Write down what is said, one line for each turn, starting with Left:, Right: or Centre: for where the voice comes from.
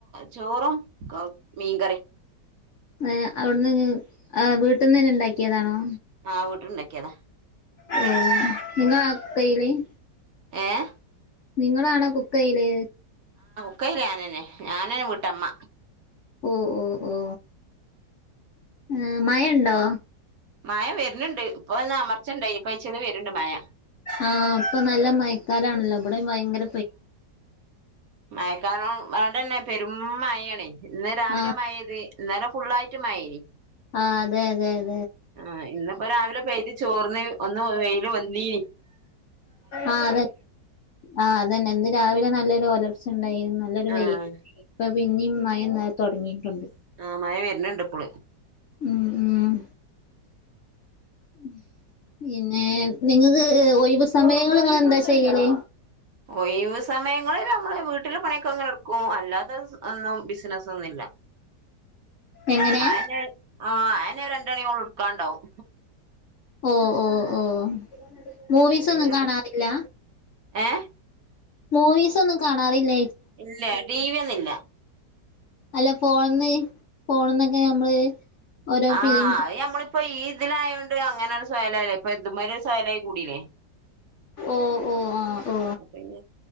Right: ചോറും ക്‌ മീൻകറി.
Left: എ അവിടുന്ന് വീട്ടിൽന്ന് തന്നെ ഉണ്ടാക്കിയതാണോ?
Right: ആഹ് വീട്ടിണ്ടാക്കിയതാ.
Left: ഓ ഇന്ന <unintelligible>
Right: ഏഹ്?
Left: നിങ്ങളാണോ കുക്കയ്യില്.
Right: കുക്കയ്യില് ഞാനന്നെ ഞാനന്നെ വീട്ടമ്മ.
Left: ഓ ഓ ഓ ഏ മയ ഇണ്ടോ?
Right: മയ വരുന്നുണ്ട് ഇപ്പന്ന് അമർച്ചുണ്ടായി ഇപ്പച്ചന്ന് വരുന്നുണ്ട് മയ.
Left: ആഹ് ഇപ്പോ നല്ല മയക്കാലാണല്ലോ അവിടെ ഭയങ്കര പ
Right: മഴക്കാല അവിടെന്നെ പെരും മഴയാണ് ഇന്ന് രാവിലെ
Left: ആഹ്
Right: മഴ പെയ്ത് അന്നേരം ഫുുള്ളായിട്ട് മയേനി.
Left: ആഹ് അതെ അതെെ.
Right: ആഹ് ഇന്നപ്പോ രാവിലെ പെയ്ത് ചോർന്ന് ഒന്ന് വെയില് പൊന്തി.
Left: ആഹ് അതന്നെ ആഹ് അതന്നെ ഇന്ന് രാവിലെ നല്ലൊരു ഓല ചുണ്ടായി നല്ലൊരു
Right: ആഹ്
Left: വെയി ഇപ്പോ പിന്നേം മയ ഇന്നല തുടങ്ങിയിട്ടുണ്ട്.
Right: ആഹ് മഴ വരുന്നിണ്ട് ഇപ്പള്.
Left: ഉം ഉം. ഉം പിന്നെ നിങ്ങക്ക് ഏഹ് ഒഴിവ് സമയങ്ങള് നിങ്ങള് എന്താ ചെയ്യല്?
Right: ഒയിവ് സമയങ്ങളിൽ നമ്മള് വീട്ടിലെ പണിയൊക്കെ അങ്ങനെ എടുക്കും അല്ലാത് ഒന്നും ബിസിനസ്സൊന്നില്ല.
Left: എങ്ങനെ
Right: ആഹനെ ആഹ് അഹനെ രണ്ടണിഓളം ട്ക്കാണ്ടാവും
Left: ഓഹ് ഹ് ഹ് മൂവിസ്
Right: പിന്നെ
Left: ഒന്നും കാണാറില്ല
Right: ഏഹ്
Left: മൂവീസ് ഒന്നും കാണാറില്ല
Right: ഇല്ല ടി വി ഒന്നുല്ല
Left: അല്ല ഫോണ്ന്ന് ഫോണ്ന്നൊക്കെ നമ്മള് ഓരോ
Right: ആഹ്
Left: ഫിലിംസ്
Right: അത് ഞമ്മള് ഇപ്പൊ ഈ ഇതിലായോണ്ട് അങ്ങനെ ഒരു സ്വയ്ല് അല്ലേ ഇപ്പൊ ഇതുമാരു സ്വയലായി കൂടില്ലേ
Left: ഓ ഓ ആഹ് ഓ
Right: അപ്പോ പിന്നെ